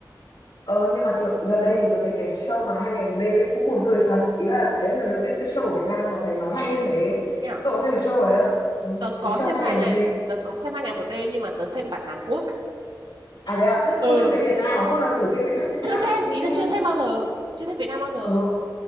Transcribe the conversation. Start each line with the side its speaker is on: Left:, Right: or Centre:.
Left: Ờ nhưng mà thường, gần đây thì tớ thấy cái show mà hai ngày một đêm ấy cũng buồn cười thật. Ý là đấy là lần đầu tiên xem show ở Việt Nam mà thấy nó hay như thế.
Right: nha
Left: Cậu có xem cái show ấy không? Ừ,
Right: tớ
Left: cái
Right: có
Left: show
Right: xem
Left: hai
Right: hai
Left: ngày một
Right: ngày
Left: đêm.
Right: tớ có xem hai ngày một đêm nhưng mà tớ xem bản Hàn Quốc
Left: À đấy à, không
Right: ừ
Left: thích xem Việt Nam à? Hôm nào thử xem Việt Nam, xem Việt
Right: chưa
Left: Nam
Right: xem
Left: cũng vui.
Right: ý là chưa xem bao giờ chưa xem Việt Nam bao giờ
Left: Ờ,